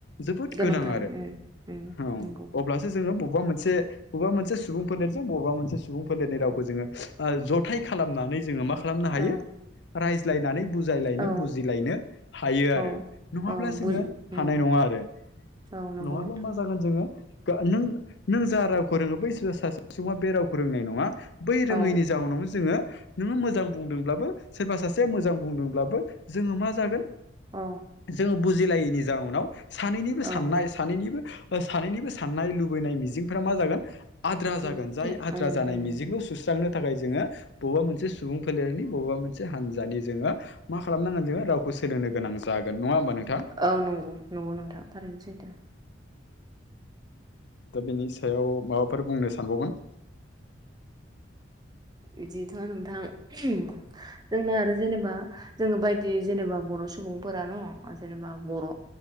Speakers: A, on the left; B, on the right.
A: जोबोद
B: गोनांथार
A: गोनां आरो
B: उम उम
A: औ
B: नंगौ
A: अब्लासो जोङो बबेबा मोनसे बबेबा मोनसे सुबुंफोर लेरजों बबेबा मोनसे सुबुंफोर लेरनाय रावखौ जोङोह जथाय खालामनानै जोङो मा खालामनो
B: औ
A: हायो रायज्लायनानै बुजायलायनो
B: औ
A: बुजिलायनो हायो आरो
B: औ
A: नङाब्ला
B: औ
A: जोङो
B: बुज उम
A: हानाय नङा आरो
B: औ नंगौ
A: नङाब्ला
B: नोंथां
A: मा जागोन जोङो नों नों जा रावखौ रोङो बै सासे सुबुङा बे रावखौ रोंनाय नङा बै रोङैनि
B: औ
A: जावननावनो जोङो नोङो मोजां बुंदोंब्लाबो सोरबा सासेया मोजां बुंदोंब्लाबो जोङो मा जागोन
B: औ
A: जोङो बुजिलायैनि जाउनाव सानैनिबो साननाय
B: औ
A: सानैनिबो सानैनिबो साननाय लुबैनाय मिजिंफोरा मा जागोन आद्रा
B: उम
A: जागोन जाय
B: उम
A: आद्रा जानाय
B: उम
A: मिजिंखौ सुस्रांनो थाखाय जोङो बबेबा मोनसे सुबुं फोलेरनि बबेबा मोनसे हानजानि जोङो मा खालामनांगोन जोङो रावखौ सोलोंनो गोनां जागोन नङा होमबा नोंथां
B: औ नंगौ नंगौ नोंथां थारैनो सैथो
A: दा बिनि सायाव माबाफोर बुंनो सानबावगोन
B: बिदिथ' नोंथां जोंना आरो जेनेबा जोङो बायदि दि जेनेबा बर' सुबुंफोरानो' जेनेबा बर'